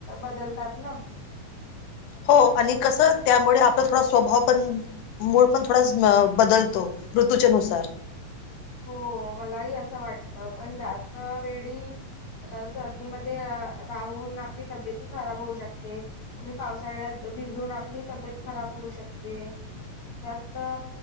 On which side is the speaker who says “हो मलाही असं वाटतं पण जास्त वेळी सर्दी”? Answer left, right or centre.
Left